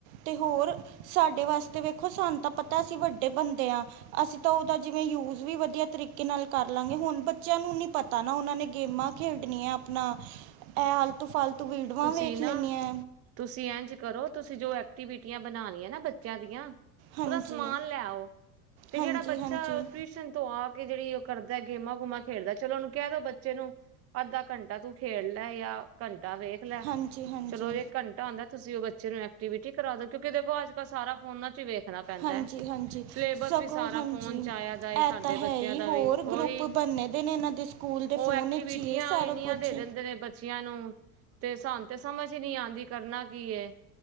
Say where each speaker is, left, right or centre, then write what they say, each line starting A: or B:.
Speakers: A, on the right; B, on the right.
A: ਤੇ ਹੋਰ ਸਾਡੇ ਵਾਸਤੇ ਵੇਖੋ, ਸਾਨੂੰ ਤਾਂ ਪਤਾ, ਅਸੀਂ ਵੱਡੇ ਬੰਦੇ ਆਂ। ਅਸੀਂ ਤਾਂ ਉਹਦਾ ਜਿਵੇਂ ਯੂਜ਼ ਵੀ ਵਧੀਆ ਤਰੀਕੇ ਨਾਲ ਕਰ ਲਾਂਗੇ, ਹੁਣ ਬੱਚਿਆਂ ਨੂੰ ਨਹੀਂ ਪਤਾ ਪਤਾ ਨਾ ਉਹਨਾਂ ਨੇ ਗੇਮਾਂ ਖੇਡਣੀਆਂ, ਆਪਣਾ ਇਹ ਆਲਤੂ ਫਾਲਤੂ ਵੀਡੀਓਆਂ
B: ਤੁਸੀਂ
A: ਵੇਖ
B: ਨਾ
A: ਲੈਣੀਆਂ
B: ਤੁਸੀਂ ਇੰਝ ਕਰੋ ਤੁਸੀਂ ਜੋ ਐਕਟੀਵਿਟੀਆਂ ਬਨਾਣੀਆਂ ਬੱਚਿਆਂ ਦੀਆਂ ਉਹਦਾ
A: ਹਾਂਜੀ
B: ਸਮਾਨ ਲੈ ਆਓ, ਤੇ
A: ਹਾਂਜੀ
B: ਜਿਹੜਾ ਬੱਚਾ
A: ਹਾਂਜੀ
B: ਟਿਊਸ਼ਨ ਤੋਂ ਆ ਕੇ ਜਿਹੜੀ ਉਹ ਕਰਦਾ, ਗੇਮਾਂ-ਗੂਮਾਂ ਖੇਡਦਾ, ਚਲੋ ਉਹਨੂੰ ਕਹਿ ਦੋ ਬੱਚੇ ਨੂੰ। ਅੱਧਾ ਘੰਟਾ ਤੂੰ ਖੇਡ ਲੈ, ਯਾ ਘੰਟਾ ਵੇਖ ਲੈ,
A: ਹਾਂਜੀ ਹਾਂਜੀ
B: ਚਲੋ ਇਕ ਘੰਟਾ ਧੰਨ ਹੋਤੁਸੀਂ, ਬੱਚੇ ਨੂੰ ਐਕਟੀਵਿਟੀ ਕਰਾ ਦਿਓ, ਕਿਉਂਕਿ ਦੇਖੋ, ਅੱਜ-ਕੱਲ ਸਾਰਾ ਫੋਨਾ ਚੋ ਹੀ ਵੇਖਣਾ। ਪੈਂਦਾ
A: ਹਾਂਜੀ
B: ਏ,
A: ਹਾਂਜੀ
B: ਸਿਲੇਬਸ
A: ਸਗੋਂ
B: ਵੀ ਸਾਰਾ
A: ਹਾਂਜੀ
B: ਫੋਨ ਚ ਆਇਆ ਦਾ ਏ।
A: ਇਹ
B: ਸਾਡੇ
A: ਤਾਂ ਹੈ
B: ਬੱਚਿਆਂ
A: ਹੀ
B: ਦਾ
A: ਹੋਰ
B: ਵੀ
A: ਗਰੁੱਪ
B: ਉਹੀ
A: ਬੰਨੇ ਦੇ ਨੇ ਇਹਨਾਂ ਦੇ ਸਕੂਲ ਦੇ
B: ਉਹ
A: ਫੋਨ
B: ਐਕਟੀਵਿਟੀਆਂ
A: ਵਿੱਚ ਹੀ ਇਹ ਸਾਰਾ
B: ਇੰਨੀਆਂ
A: ਕੁਛ
B: ਦੇ ਦਿੰਦੇ ਨੇ ਬੱਚੀਆਂ ਨੂੰ, ਤੇ ਸਾਨੂੰ ਤੇ ਸਮਝ ਹੀ ਨਹੀਂ ਆਉਂਦੀ, ਕਰਨਾ ਕੀ ਏ?